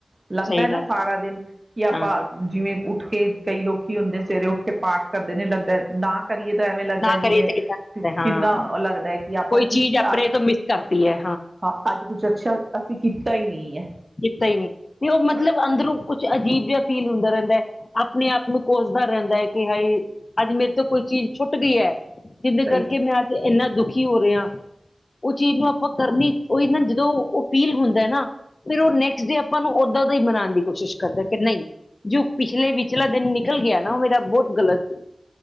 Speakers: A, on the right; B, on the left.
A: ਲੱਗਦਾ
B: ਸਹੀ
A: ਹੈ ਨਾ
B: ਗੱਲ
A: ਸਾਰਾ ਦਿਨ ਕਿ ਆ <unintelligible> ਆਪ
B: ਹਾਂ
A: ਜਿਵੇਂ ਉੱਠ ਕੇ ਕਈ ਲੋਕੀ ਹੁੰਦੇ ਸਵੇਰੇ ਉੱਠ ਕੇ ਪਾਠ ਕਰਦੇ ਨੀ ਲੱਗਦਾ ਐ ਡਾ ਕਰੀਏ ਤਾਂ ਐਵੇਂ ਲੱਗਦਾ
B: ਨਾ ਕਰੀਏ
A: ਜਿਵੇਂ
B: ਤੇ ਕਿੱਦਾਂ ਹੁੰਦਾ
A: ਕਿੰਨਾ
B: ਹੈ। ਹਾਂ
A: ਉਹ ਲੱਗਦਾ ਹੈ ਕਿ ਆਪਾਂ
B: ਕੋਈ
A: ਕਿ
B: ਚੀਜ਼ ਆਪਣੇ
A: ਅੱਜ
B: ਤੋਂ ਮਿਸ ਕਰਤੀ ਹੈ
A: ਹਾਂ ਅੱਜ ਕੁੱਛ ਅੱਛਾ ਅਸੀਂ ਕੀਤਾ ਹੀ ਨਹੀਂ ਹੈ
B: ਕੀਤਾ ਹੀ ਨੀ ਤੇ ਉਹ ਮਤਲਬ
A: ਬਸ
B: ਅੰਦਰੋਂ ਕੁਛ ਅਜੀਬ ਵਿ ਫੀਲ ਹੁੰਦਾ ਰਹਿੰਦਾ ਆਪਣੇ ਆਪ ਨੂੰ ਕੋਸਦਾ ਰਹਿੰਦਾ ਹੈ ਕਿ ਹਾਈ ਅੱਜ ਮੇਰੇ ਤੋਂ ਕੋਈ ਚੀਜ਼ ਛੁੱਟਦੀ ਹੈ ਜਿਹਦੇ
A: ਸਹੀ
B: ਕਰਕੇ
A: ਹੈ।
B: ਮੈਂ ਅੱਜ ਇੰਨਾ ਦੁੱਖ ਕੀ ਹੋ ਰਿਹਾ ਉਹ ਚੀਜ਼ ਨੂੰ ਆਪਾਂ ਕਰਨੀ ਉਹੀ ਨਾ <unintelligible> ਫੀਲ ਹੁੰਦਾ ਐ ਨਾ ਨੈਕਸ ਡੇ ਆਪ ਆਪਾਂ ਨੂੰ ਓਦਾਂ ਤੋਂ ਹੀ ਬਣਾਣ ਦੀ ਕੋਸ਼ਿਸ਼ ਕਰਦਾ ਕਿ ਨਹੀਂ ਜੋ ਪਿਛਲੇ ਵੀ ਚਲਾ ਦ <unintelligible> ਨਿਕਲ ਗਿਆ ਨਾ ਉਹ ਮੇਰਾ ਬਹੁਤ ਗਲਤ ਸੀ